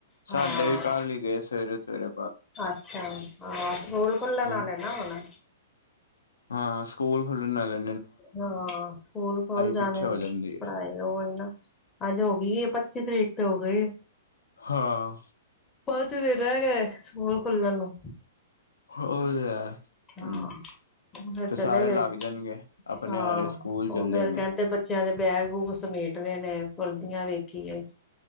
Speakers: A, on the left; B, on the left.
A: ਹਾਂ
B: ਸਾਡੇ ਵੀ ਕੱਲ ਹੀ ਗੇ ਸਵੇਰੇ-ਸਵੇਰੇ।
A: ਅੱਛਾ ਹਾਂ ਸਕੂਲ ਖੁੱਲਣ
B: ਹਾਂ
A: ਆਲੈ ਨੇ ਹੁਣ।
B: ਹਾਂ ਸਕੂਲ ਖੁੱਲਨ ਆਲੇ
A: ਹਾਂ ਸਕੂਲ ਖੋਲ ਜਾਨੇ
B: ਪਿੱਛੇ ਹੋ
A: ਨੇ
B: ਜਾਂਦੀ ਹੈ
A: ਪੜ੍ਹਾਈ ਔ ਹੀ ਨਾ, ਅੱਜ ਹੋ ਗੀ ਏ ਪੱਚੀ ਤਰੀਕ ਤੇ ਹੋ ਗਈ ਏ।
B: ਹਾਂ।
A: ਪੰਜ ਦਿਨ ਰਹ ਗੇ ਸਕੂਲ ਖੁਲਣ ਨੂੰ।
B: ਓ ਤੇ ਹੈ।
A: ਹਾਂ
B: ਹਮ
A: ਫੇਰ ਚਲੇ
B: ਫਿਰ ਸਾਰੇ
A: ਗਏ
B: ਲੱਗ ਜਾਣਗੇ ਆਪਣੇ
A: ਹਾਂ
B: ਆਰੇ ਸਕੂਲ ਚਲ
A: ਉਹ ਫੇਰ
B: ਜਾਣਗੇ
A: ਕਹਿੰਦੇ ਬੱਚਿਆਂ ਦੇ ਬੈਗ-ਬੂਗ ਸਮੇਟਨੇ ਨੇ ਵਰਦੀਆਂ ਵੇਖੀਏ।